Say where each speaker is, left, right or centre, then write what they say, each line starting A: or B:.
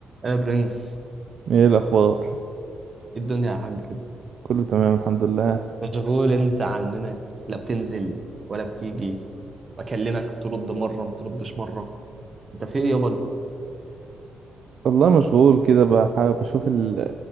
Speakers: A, on the right; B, on the right.
A: يا برنس
B: ايه الاخبار
A: إيه الدنيا يا حاج كده
B: كله تمام الحمد لله
A: مشغول انت عننا لا بتنزل ولا بتيجي بكلمك ترد مرة ما تردش مرة انت في ايه يابا
B: والله مشغول كده بح- بشوف ال...